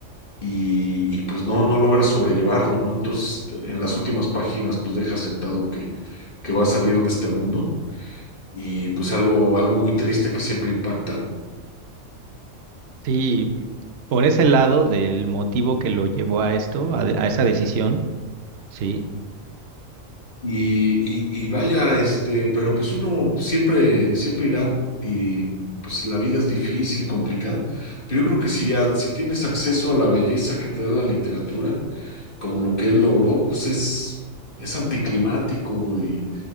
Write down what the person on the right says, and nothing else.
sí, por ese lado del motivo que lo llevó a esto, a, de- a esa decisión, sí.